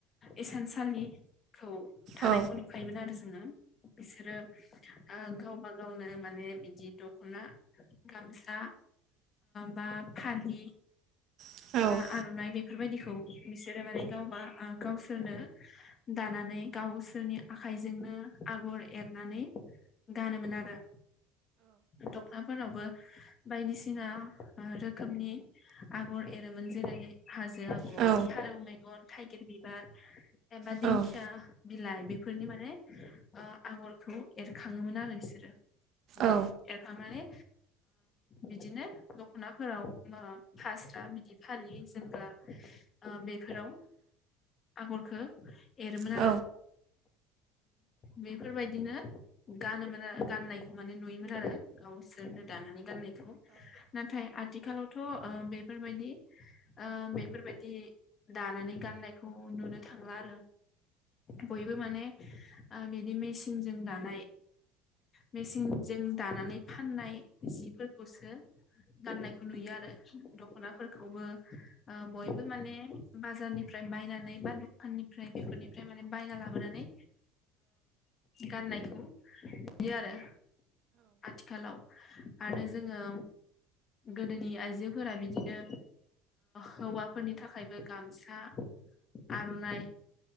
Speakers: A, on the left (about 40°); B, on the right (about 55°).
A: इसानसालि खौ थानायखौ
B: औ
A: नुखायोमोन आरो जोङो बिसोरो ओ गावबा गावनो माने बिदि दखना गामसा बा फालि
B: औ
A: एबा आर'नाइ बि बेफोरबायदिखौ बिसोरो माने गावबा गावसोरनो दानानै गावसोरनि आ आखाइजोंनो आगर एरनानै गानोमोन आरो दखनाफोरावबो बायदिसिना रोखोमनि आगर एरोमोन। जेरै हाजो आगर,
B: औ
A: फारौ मेगन, थाइगिर बिबार एबा दिंखिया
B: औ
A: बिलाइ फोरनि माने आगरखौ एरखांङोमोन आरो बिसोरो। बे
B: औ
A: एरखांनानै बिदिनो दखनाफोराव फास्रा बिदि फालि जोमग्रा बेफोराव आगरखो एरोमोन
B: औ
A: आरो बेफोरबायदिनो गानोमोन गाननायखौ माने नुयोमोन आरो गावसोरनो दानानै गाननाय नाथाय आथिखालावथ' बेफोरबायदि बेफोरबायदि दानानै गाननायखौ नुनो थांला आरो। बयबो माने बिदि मेसिनजों दानाय मेसिनजों दानानै फाननाय जिफोरखौसो गाननायखौ नुयो आरो। दखनाफोरखौबो बयबो माने बाजारनिफ्राय बायनानै बा दखाननिफ्राय बेफोरनिफ्राय माने बायना लाबोनानै गाननायखौ नुयो आरो आथिखालाव आरो जोङो गोदोनि आइजोफोरा बिदिनो हौवाफोरनि थाखायबो गामसा आर'नाइ